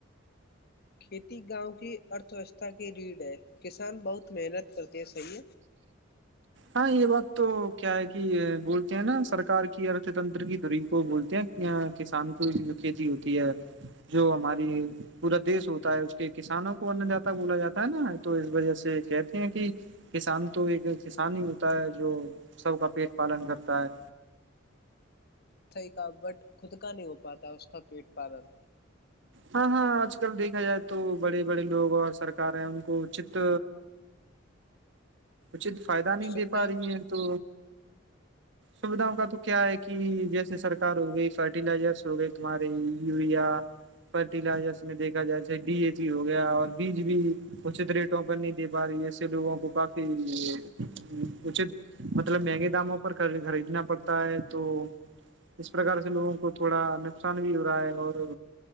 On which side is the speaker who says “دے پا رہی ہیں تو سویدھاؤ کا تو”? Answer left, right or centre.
Right